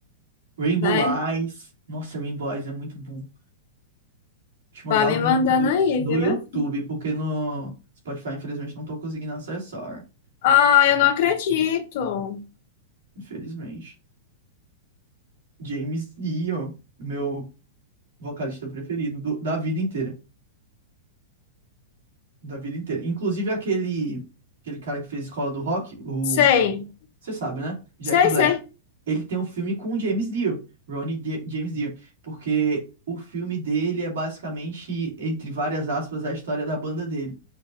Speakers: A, on the right; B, on the left.
A: Rainbow
B: Vai,
A: Eyes, nossa, Rainbow Eyes é muito bom. Vou te mandar
B: vai me
A: algum
B: mandando
A: do-
B: aí,
A: no
B: viu,
A: YouTube,
B: meu?
A: porque no Spotify, infelizmente, não tô conseguindo acessar.
B: Ah, eu não acredito.
A: Infelizmente. James Dio, meu vocalista preferido do- da vida inteira. Da vida inteira. Inclusive aquele, aquele cara que fez Escola do Rock, o.
B: Sei,
A: Você sabe, né? Jack
B: sei,
A: Black.
B: sei.
A: Ele tem um filme com o James Dean, Ronnie D- James Dio, porque o filme dele é basicamente, entre várias aspas, a história da banda dele.